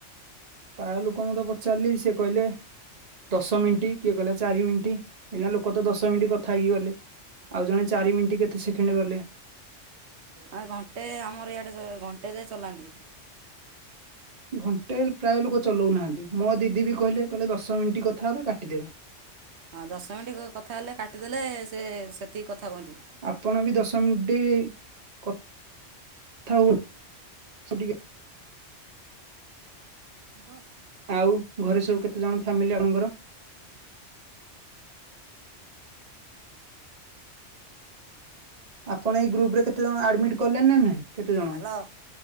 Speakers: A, on the right (about 35°); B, on the right (about 65°).
A: ପ୍ରାୟ ଲୋକଙ୍କୁ ତ ପଚାରିଲି, ସିଏ କହିଲେ, ଦଶ ମିଣ୍ଟି, କିଏ କହିଲା ଚାରି ମିଣ୍ଟି। ଏଇନା ଲୋକ ତ ଦଶ ମିଣ୍ଟି କଥା ହେଇକି ଗଲେ ଆଉ ଜଣେ ଚାରି ମିଣ୍ଟି କେତେ ସେକେଣ୍ଡ ଗଲେ।
B: ଆ ଘଣ୍ଟେ, ଆମର ଇଆଡେ ଘଣ୍ଟେ ଯାଏ ଚଲାନ୍ତି।
A: ଘଣ୍ଟେ ପ୍ରାୟ ଲୋକ ଚଲଉନାହାନ୍ତି, ମୋ ଦିଦି ବି କହିଲେ, କହିଲେ ଦଶ ମିଣ୍ଟି କଥା ହେବେ କାଟିଦେବେ।
B: ହଁ ଦଶ ମିଣ୍ଟି କଥା ହେଲେ କାଟିଦେଲେ, ସେ ସେତିକି କଥା ହୁଅନ୍ତି।
A: ଆପଣ ବି ଦଶ ମିଣ୍ଟି କଥା ହୁଅନ୍ତି ଟିକେ।
B: ଥିବ।
A: ଆଉ ଘରେ ସବୁ କେତେ ଜଣ ଫ୍ୟାମିଲି ଆପଣଙ୍କର? ଆପଣ ଏଇ ଗ୍ରୁପରେ କେତେ ଜଣ ଆଡମିଟ୍ କଲେ ନା ନାଇଁ କେତେ ଜଣ?
B: Hello